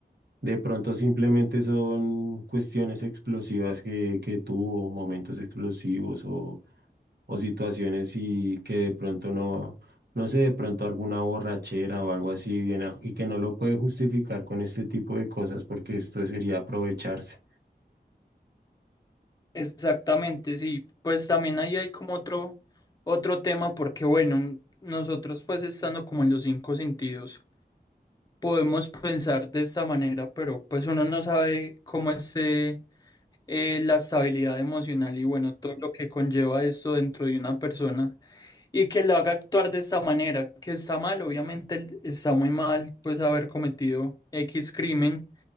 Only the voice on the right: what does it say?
de pronto simplemente son cuestiones explosivas que, que tuvo, momentos explosivos o o situaciones y que de pronto no, no sé, de pronto alguna borrachera o algo así viene a- y que no lo puede justificar con este tipo de cosas porque esto sería aprovecharse.